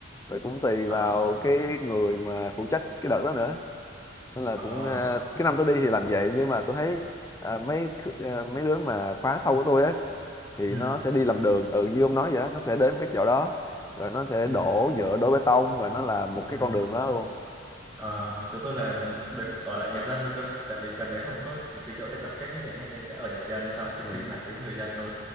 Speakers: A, on the left; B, in the centre.
A: rồi cũng tùy vào
B: đó
A: cái người mà phụ trách cái đợt đó nữa nên là
B: đó
A: cũng à, cái năm tôi đi thì làm vậy nhưng mà tôi thấy à, mấy khứ- à, mấy đứa mà khóa sau của tôi á thì
B: ừ
A: nó sẽ đi làm đường ừ như ông nói vậy á nó sẽ đến một cái chỗ đó rồi nó sẽ
B: ừ
A: đổ nhựa đổ bê tông rồi nó làm một cái
B: ừ
A: con đường đó luôn
B: Ờ, chỗ tôi là được ở lại nhà dân luôn cơ tại vì gần đấy không có một cái chỗ để tập kết nhất định ấy, nên sẽ ở nhà dân xong cái
A: ừ.
B: sinh hoạt với người dân luôn